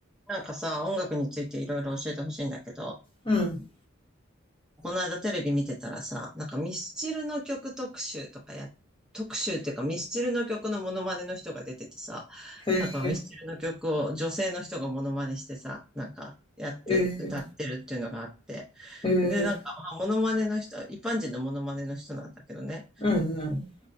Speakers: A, in the centre; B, on the left.
A: なんかさ、音楽についていろいろ教えてほしいんだけど、
B: うん。
A: この間テレビ見てたらさ、なんかミスチルの曲特集とかや、特集っていうかミスチルの曲のモノマネの人が出ててさ、
B: へえ、
A: なんかミスチルの曲を女性の人がモノマネしてさ、なんかやって歌ってるっていうのがあって。
B: へえ、ええ、
A: で、なんかまあモノマネの人、一般人のモノマネの人なんだけどね、
B: うんうん。